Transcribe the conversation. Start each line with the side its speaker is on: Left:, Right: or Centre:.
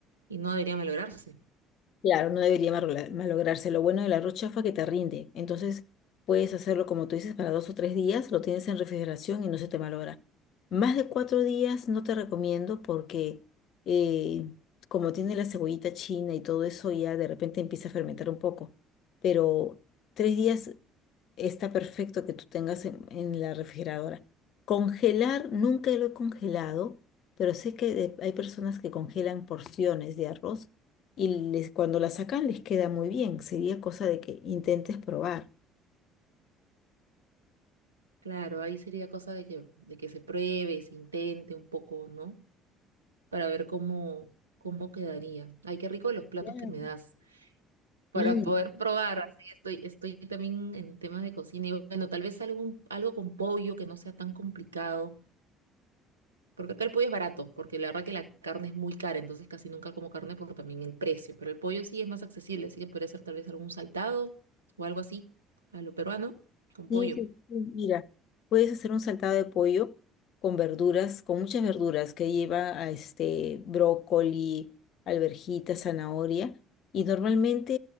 Right: Y no debería malograrse.
Left: Claro, no debería marla- malograrse. Lo bueno del arroz chafa es que te rinde. Entonces puedes hacerlo como tú dices para dos o tres días, lo tienes en refrigeración y no se te malogra. Más de cuatro días no te recomiendo porque eh, como tiene la cebollita china y todo eso, ya de repente empieza a fermentar un poco. Pero tres días está perfecto que tú tengas en, en la refrigeradora. Congelar, nunca lo he congelado, pero sé que de- hay personas que congelan porciones de arroz y les, cuando la sacan les queda muy bien. Sería cosa de que intentes probar.
Right: Claro, ahí sería cosa de que, de que se pruebe, se intente un poco, ¿no? para ver cómo, cómo quedaría. Ay, qué rico los platos
Left: Claro,
Right: que me das para
Left: sí,
Right: poder probar. Así estoy, estoy también en temas de cocina. Y bueno, tal vez algún, algo con pollo que no sea tan complicado. Porque acá el pollo es barato, porque la verdad que la carne es muy cara, entonces casi nunca como carne por también el precio. Pero el pollo sí es más accesible, así que podría ser tal vez algún saltado o algo así, a lo peruano, con
Left: Sí,
Right: pollo.
Left: sí, sí, mira, puedes hacer un saltado de pollo con verduras, con muchas verduras que lleva a este brócoli, alverjita, zanahoria, y normalmente